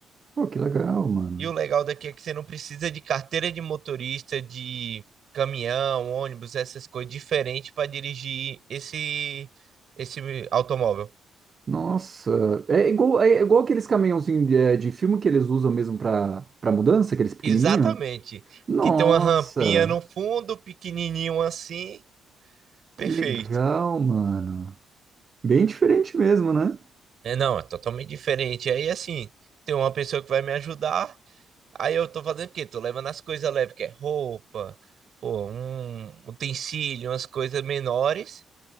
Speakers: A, on the right (about 40°); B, on the right (about 60°).
A: Pô, que legal, mano.
B: E o legal daqui é que você não precisa de carteira de motorista, de caminhão, ônibus, essas coisas diferentes para dirigir esse esse automóvel.
A: Nossa, é igual, é igual aqueles caminhãozinhos de, é, de filme que eles usam mesmo pra, pra mudança, aqueles pequenininhos.
B: Exatamente.
A: Nossa,
B: Que tem uma rampinha no fundo, pequenininho assim, perfeito.
A: que legal, mano. Bem diferente mesmo, né?
B: É, não, é totalmente diferente. Aí assim, tem uma pessoa que vai me ajudar. Aí eu tô fazendo o quê? Tô levando as coisas leves, que é roupa, pô, um um utensílio, umas coisas menores.